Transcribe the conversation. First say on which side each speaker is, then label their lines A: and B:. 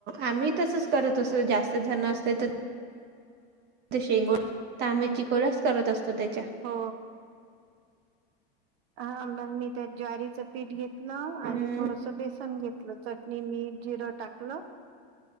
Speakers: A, on the right; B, on the right.
A: आम्ही तसच करत असो जास्त जण असले तर शेंगोळ तांबे चिकोळ्याच करत असतो त्याच्या
B: हो हा मग मी त्या ज्वारीचं पीठ घेत आणि
A: हम्म
B: थोडस बेसन घेतलं चटणी मीठ जिरं टाकलं